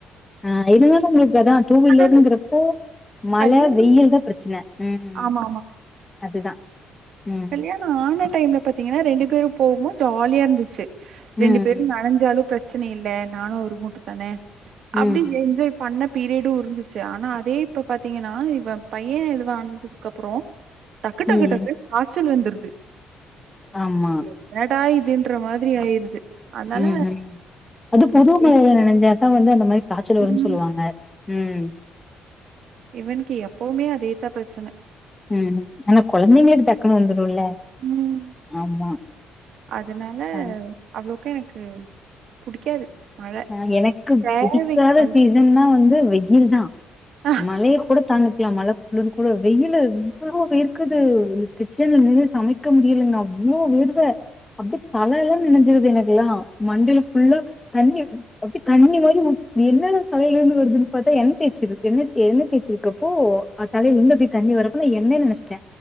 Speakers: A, on the left (about 15°); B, on the right (about 65°).
A: அ இருந்தாலு உங்களுக்கு அதா டூவீலருங்றப்போ
B: அது
A: மழ
B: கல்யாண
A: வெயில் தா ப்ரச்சன ம் ம்
B: ஆமா
A: அதுதா ம்
B: கல்யாணொ ஆன டைம்ல பத்திங்கன்னா ரெண்டு பேரு போம்போ ஜாலியா இருந்துச்சு
A: ம்
B: ரெண்டு பேரு நனஞ்சாலு ப்ரச்சன இல்ல நானு அவரு மட்டு தானே அப்டின்
A: ம்
B: என்ஜாய் பண்ண பீரியடு இருந்துச்சு ஆனா அதே இப்ப பாத்திங்கன்னா இவ பையெ இது வந்ததுக்கு அப்றோ டக்கு டக்கு
A: ம்
B: டக்குன் காச்சல் வந்துருது
A: ஆமா
B: என்னடா இதுன்ற மாதிரி ஆயிருது அதனால
A: ம் ம் அது
B: எனக்கு
A: புது மழையில நனைஞ்சாதா வந்து அந்த மாரி காச்சல் வருன்னு
B: ம்
A: சொல்லுவாங்க ம்
B: இவனுக்கு எப்பவுமே அதேத்தா ப்ரச்சன
A: ம் ஆனா கொழந்தைங்களுக்கு டக்குனு வந்துடுல
B: ம்.
A: ஆமா
B: அதனால
A: ஆ
B: அவ்ளோக்கு எனக்கு புடிக்காது மழை.
A: ஆ எனக்கு
B: தேவைக்கு
A: புடிக்காத
B: வந்து
A: சீசன்னா வந்து வெயில் தா
B: போய்
A: மழைய கூட தாங்கிக்லா மழ குளுரு கூட வெயில்ல எவ்ளோ வேர்க்குது கிச்சன்ல நின்னு சமைக்க முடியலேங்க அவ்ளோ வேர்க் இப்ப அப்டி தலலா நெனஞ்சிர்து எனக்குலா மண்டைல ஃபுல்லா தண்ணி அப்டி தண்ணி மாரி ஊத் என்னல தலைல இருந்து வருதுன்னு பாத்தா எண்ண தேய்சிரு எண்ண எண்ண தேச்சிருக்கப்போ தலைல எங்க இப்டி தண்ணி வரப்பனா எண்ணனு நெனச்சிட்ட